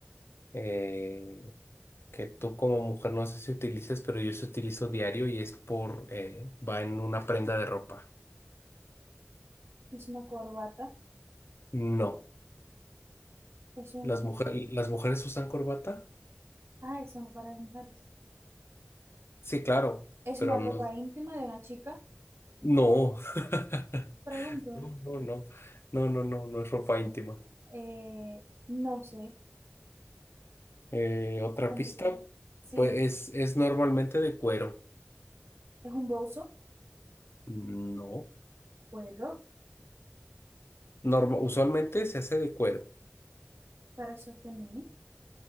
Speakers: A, on the left; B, on the right.
A: eh, que tú como mujer no sé si utilizas, pero yo se utilizo diario y es por, eh, va en una prenda de ropa.
B: Es una corbata.
A: No,
B: Es un...
A: las mujeres, las mujeres usan corbata.
B: Ah, eso no para las mujeres.
A: Sí, claro,
B: Es
A: pero
B: una ropa
A: no,
B: íntima de una chica.
A: no, <laughs>
B: Pregunto.
A: no, no, no, no, no, no no es ropa íntima.
B: Eh, no sé.
A: Eh, otra
B: Complicado.
A: pista,
B: Sí,
A: pues es, es normalmente de cuero.
B: es un bolso.
A: No,
B: Cuero
A: Norma- usualmente se hace de cuero.
B: para sostener.